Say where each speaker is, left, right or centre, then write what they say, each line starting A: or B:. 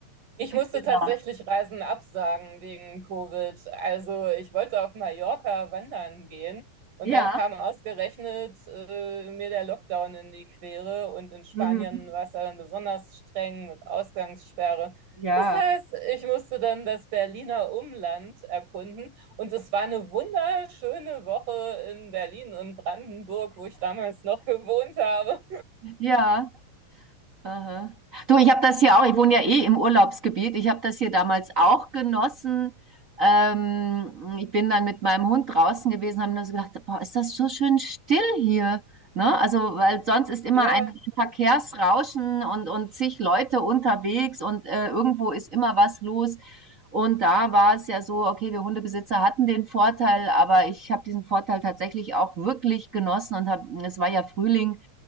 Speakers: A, on the right (about 75°); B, on the right (about 45°).
A: Ich musste
B: Genau.
A: tatsächlich Reisen absagen wegen Covid. Also ich wollte auf Mallorca wandern gehen und
B: Ja.
A: dann kam ausgerechnet äh, mir der Lockdown in die Quere und in Spanien
B: Mhm.
A: war es ja dann besonders streng mit Ausgangssperre.
B: Ja.
A: Das heißt, ich musste dann das Berliner Umland erkunden und es war eine wunderschöne Woche in Berlin und Brandenburg, wo ich damals noch gewohnt habe.
B: Ja. Aha. Du, ich habe das hier auch, ich wohne ja eh im Urlaubsgebiet, ich habe das hier damals auch genossen. Ähm, ich bin dann mit meinem Hund draußen gewesen, haben nur so gedacht, boah, ist das so schön still hier. Ne? Also, weil sonst ist immer
A: Ja,
B: ein Verkehrsrauschen und, und zig Leute unterwegs und äh, irgendwo ist immer was los. Und da war es ja so, okay, wir Hundebesitzer hatten den Vorteil, aber ich habe diesen Vorteil tatsächlich auch wirklich genossen und hab, es war ja Frühling